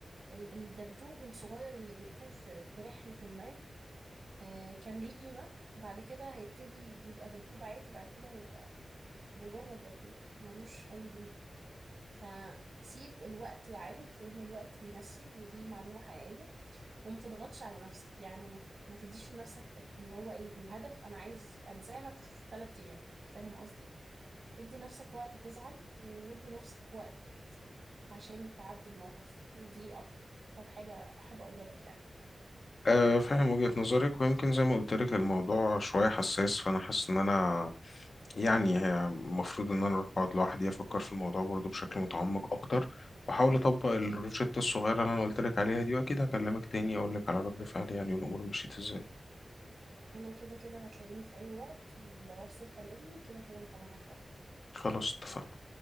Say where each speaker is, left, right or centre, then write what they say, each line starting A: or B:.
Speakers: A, on the right; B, on the left.
A: ال- الدبدوب الصغير اللي جبتوه في في رحلة ما آه، كان ليه قيمة بعد كده هيبتدي يبقى دبدوب عادي بعد كده هيبقى مجرد دبدوب ملوش أي قيمة فسيب الوقت يعالج لأن الوقت بيمشي ودي معلومة حقيقية وما تضغطش على نفسك يعني ما ما تديش لنفسك اللي هو إيه الهدف أنا عايز أنساها في ثلاث أيام فاهم قصدي؟ ادي نفسك وقت تزعل وادي نفسك وقت عشان تعدي الموقف دي أكتر حاجة أحب أقولها لك يعني
B: أه فاهم وجهة نظرك ويمكن زي ما قلت لك الموضوع شوية حساس فأنا حاسس إن أنا يعني هي المفروض إن أنا أروح أقعد لوحدي أفكر في الموضوع برضو بشكل متعمق أكتر وأحاول أطبق الروشتة
A: أكيد
B: الصغيرة اللي أنا قلت لك عليها دي وأكيد هكلمك تاني أقول لك على رد فعلي يعني والأمور مشيت إزاي
A: انا كده كده هتلاقيني في اي وقت ولو عاوز تكلمني كده كده انت معاك
B: خلاص اتفقنا